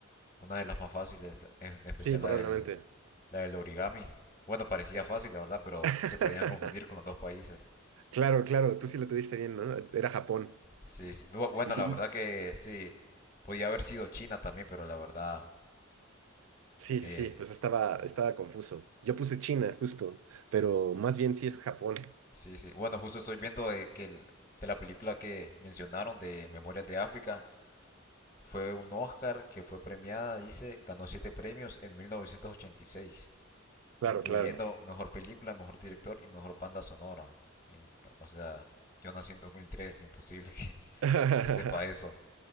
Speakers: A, on the left; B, on the right.
A: una de las más fáciles, en especial
B: Sí, probablemente.
A: la del, la del origami. Bueno, parecía fácil, la verdad, pero
B: <laughs>
A: se podían confundir con los dos países.
B: Claro, claro, tú sí lo tuviste bien, ¿no? Era Japón.
A: Sí, sí. Bu- Bueno,
B: Y,
A: la verdad
B: y-
A: que sí. Podía haber sido China también, pero la verdad,
B: sí,
A: eh,
B: sí, sí, pues estaba, estaba confuso. Yo puse China, justo, pero más bien sí es Japón.
A: sí, sí. Bueno, justo estoy viendo eh, que el- de la película que mencionaron de Memorias de África fue un Oscar que fue premiada, dice, ganó siete premios en 1986,
B: Claro,
A: incluyendo
B: claro.
A: mejor película, mejor director y mejor banda sonora. Y, o sea, yo nací en 2003, imposible que,
B: <laughs>
A: que sepa eso.